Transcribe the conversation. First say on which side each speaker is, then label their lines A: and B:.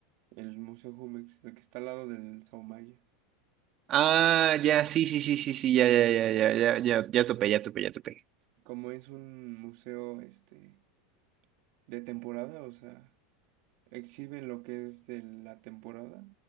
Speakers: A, on the right; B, on the right.
A: El Museo Jumex, el que está al lado del Saumaya.
B: Ah, ya, sí, sí, sí, sí, sí, ya, ya, ya, ya, ya, ya, ya topé, ya topé, ya topé.
A: Como es un museo este de temporada, o sea, exhiben lo que es de la temporada,